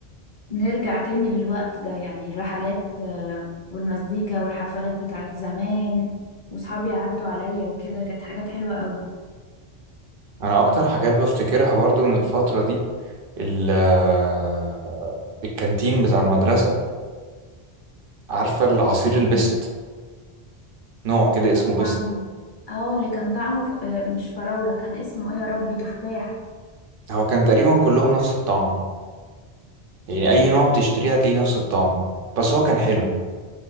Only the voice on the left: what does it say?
نرجع تاني للوقت ده يعني الرحلات آه، والمزيكا والحفلات بتاعت زمان وصحابي عدوا عليا وكده كانت حاجات حلوة قوي
طبعاً.
اه اللي كان طعمه ف... آه، مش فراولة كان اسمه ايه يا ربي تفاح